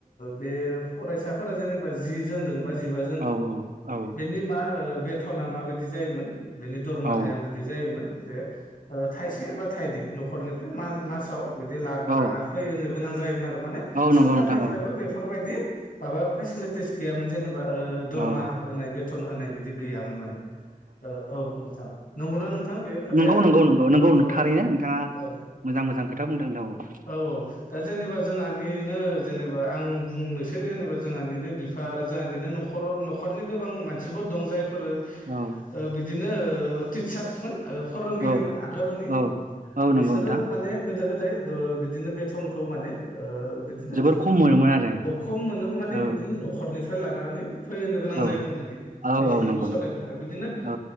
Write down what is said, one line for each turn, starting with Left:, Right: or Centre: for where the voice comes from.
Left: बे फरायसाफोरा जेनेबा जि जोन दों बा जिबा
Right: औ औ
Left: बेनि मा बेथना माबायदि जायोमोन बेनि दरमाहाया
Right: औ
Left: बिदि जायोमोन जे थाइसे बा थाइनै न'खरनिफ्राय मासाव बिदि
Right: औ
Left: लाना फै होननो गोनां जायोमोन आरो माने
Right: औ
Left: सोरखारनिफ्रायबो
Right: नंगौ नोंथां औ
Left: बेफोरबायदि माबा फेसिलिटि स गैयामोन जेनेबा दरमाहा
Right: औ
Left: होनाय बेथन होनाय बिदि गैयामोन माने औ औ नोंथां नंगौना नोंथां बे खोथाया
Right: नंगौ
Left: औ
Right: नंगौ नंगौ नंगौ थारैनो
Left: नोंथां
Right: नोंथाङा
Left: औ।
Right: मोजां मोजां खोथा बुंदों औ
Left: औ औ दा जेनेबा जोंहा नो जेनेबा आं बुंनोसै जेनेबा जोंहानिनो बिफा आरो जोंहानिनो न'खर खर' न'खरनि गोबां मानसिफोर दं जायफोरो
Right: औ
Left: बिदिनो टिचार्समोन फोरोंगिरिमोन
Right: औ
Left: आगोलनि
Right: औ औ
Left: बिसोरो
Right: नंगौ नोंथां
Left: माने गोदो गोद बिदिनो बेथनखौ माने बिदिनो
Right: जोबोर खम मोनोमोन आरो
Left: खम मोनोमोन माने
Right: औ
Left: बिदिनो न'खरनिफ्राय लानानै फैहोनो गोनां
Right: औ
Left: जायोमोन माने
Right: औ
Left: निजिनिखौ
Right: औ नंगौ
Left: सालायनो
Right: नंगौ
Left: थाखाय बिदिनो
Right: औ